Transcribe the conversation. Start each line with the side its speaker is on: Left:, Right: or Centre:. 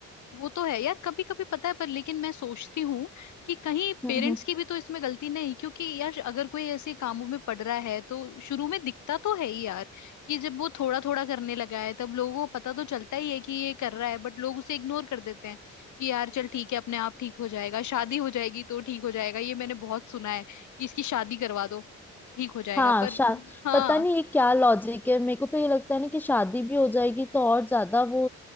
Left: वो तो है यार कभी कभी पता है पर लेकिन मैं सोचती हूँ कि कहीं
Centre: हम्म
Left: पेरेंट्स की भी तो इसमें गलती नहीं क्योंकि यार अगर कोई ऐसे कामों में पड़ रहा है तो शुरू में दिखता तो है ही यार कि जब वो थोड़ा थोड़ा करने लगा है तब लोगों को पता तो चलता ही है कि ये कर रहा है बट लोग उसे इग्नोर कर देते हैं कि यार चल ठीक है अपने आप ठीक हो जाएगा शादी हो जाएगी तो ठीक हो जाएगा ये मैंने बहुत सुना है कि इसकी शादी करवा दो ठीक हो जाएगा
Centre: हाँ
Left: पर
Centre: शाद
Left: हाँ
Centre: पता नहीं ये क्या लॉजिक है मेरे को तो ये लगता है ना कि शादी भी हो जाएगी तो और ज्यादा वो